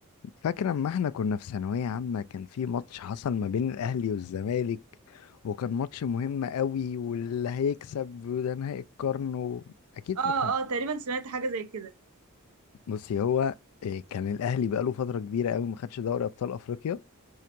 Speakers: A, on the left; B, on the right.
A: فاكر اما احنا كنا في ثانوية عامة كان في ماتش حصل ما بين الاهلي والزمالك وكان ماتش مهم قوي واللي هيكسب وده نهائي القرن و... اكيد
B: اه
A: فاكرة
B: اه تقريبا سمعت حاجة زي كده
A: بصي هو إيه، كان الاهلي بقاله فترة كبيرة قوي ما خدش دوري ابطال افريقيا